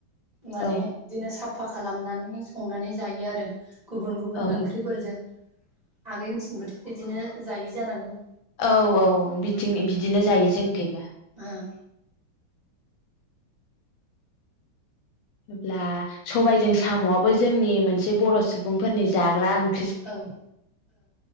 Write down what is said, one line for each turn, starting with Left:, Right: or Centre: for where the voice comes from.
Right: माने
Left: औ ओ
Right: बिदिनो साफ फा खालामनानै संनानै जायो आरो। गुबुन गुबुन
Left: ओ
Right: ओंख्रिफोरजों। आगै मिथिंबोथ' बिदिनो जायि जानांगौ।
Left: औ औ औ बिथिं बिदिनो जायो जोंनिखोयबो।
Right: ओं
Left: अब्ला सबायजों साम'आबो जोंनि मोनसे बर' सुबुंफोरनि जाग्रा ओंख
Right: औ ओं